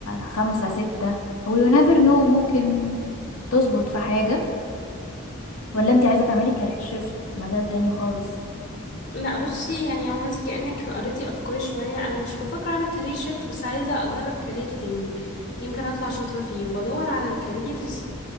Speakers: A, on the left (about 80°); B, on the left (about 55°).
A: خمسة ستة ويو نيفر نو ممكن تظبط في حاجة ولا انت عايزة تعملي كارير شيفت مجال تاني خالص
B: لا بصي يعني هو انت كأنك قريتي افكاري شوية انا مش بفكر اعمل كارير شيفت بس عايزة اجرب كارير تاني يمكن اطلع شاطرة فيه وبدور على الكاريرز